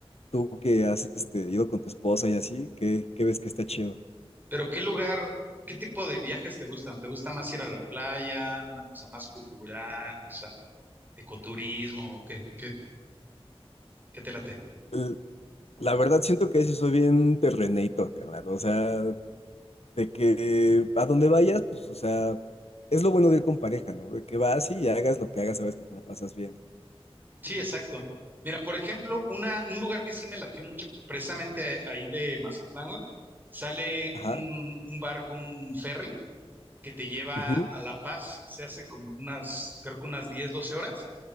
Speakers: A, on the left; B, on the right.
A: Tú que has este, ido con tu esposa y así, ¿qué, qué ves que está chido?
B: Pero ¿qué lugar, qué tipo de viajes te gustan? ¿Te gusta más ir a la playa, una cosa más cultural, o sea, ecoturismo o qué, qué, qué te late?
A: L- La verdad siento que sí soy bien terrenator, carnal. O sea, de que a donde vayas, pues, o sea, es lo bueno de ir con pareja, ¿no? De que vas y hagas lo que hagas, sabes que te la pasas bien.
B: Sí, exacto. Mira, por ejemplo, una, un lugar que sí me latió mucho, precisamente ahí de Mazatlán, güey, sale
A: Ajá,
B: un, un barco, un ferry, que te lleva
A: ujú,
B: a La Paz. Se hace como unas, creo que unas 10 12 horas.